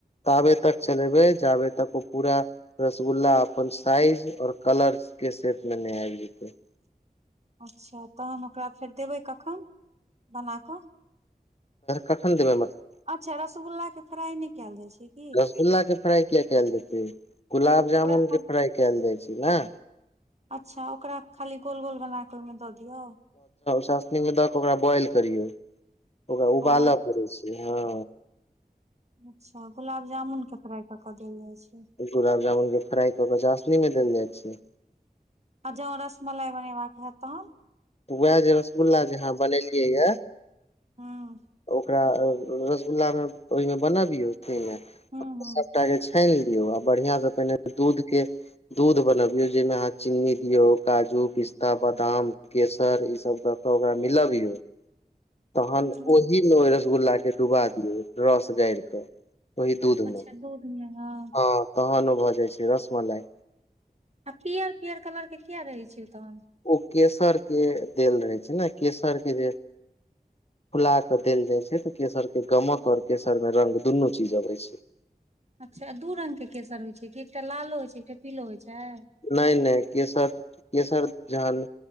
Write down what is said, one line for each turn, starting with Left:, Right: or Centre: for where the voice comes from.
Left: ताबे तक चलेबै जाबे तक ओ पूरा रसगुल्ला अपन साइज और कलर के सेप मे नै आबै जेते।
Right: अच्छा तहन ओकरा फेर देबै कखन बना क
Left: कखन देबै मतलब?
Right: अच्छा रसगुल्ला के फ्राइ नहि कयल जाइ छै की
Left: रसगुल्ला के फ्राई किया केल जेतय जे गुलाब
Right: ओकरा
Left: जामुन
Right: खाली
Left: के फ्राइ कैल जाइ छै ने?
Right: अच्छा ओकरा खाली गोल गोल बना के ओहि मे दऽ दिऔ?
Left: चासनी मे दए के ओकरा बॉइल करियऔ ओकरा उबालय
Right: ओ
Left: पड़य छै। ह
Right: अच्छा गुलाब जामुन के फ्राई के देल जाइ छै।
Left: गुलाब जामुन के फ्राई कऽ के चशनी मे देल जाई छै।
Right: आ जो रसमलाई बनेबाक हैत तखन?
Left: वएह जे रसगुल्ला जे अहाँ बनेलियै य
Right: ह
Left: ओकरा रसगुल्ला मे ओहि मे बनबियौ घी मे
Right: हुं हुं
Left: सभटा के छानि लियौ आ बढ़िआ से पहिने दूध के दूध बनबि यो जाहि मे अहाँ चीन्नी दियो काजू पिस्ता, बादाम केसर ई सभ दऽ कऽ ओकरा मिलबयौ तहन
Right: हुं हुं
Left: ओहि ओहि रसगुल्ला के डुबा दियौ रस गारिक ओहि दूध
Right: अच्छा
Left: मे
Right: दूध मे हँ
Left: ह तहन ओ भऽ जाई छै रसमलाई।
Right: आ पीयर पियर कलर के किया रहे छै ओ तहन?
Left: ओ केसर के देल रहै छै ने केसर के ज फुला के देल जाय छै तऽ केसर के गमकऽ और केसर मे रंग दुनू चीज अबै छै।
Right: अच्छा दू रंग के केसर होई छै कि एकटा लालो होइत छै एकटा पीलो होइत छै?
Left: नहि नहि केसर केसर जहन।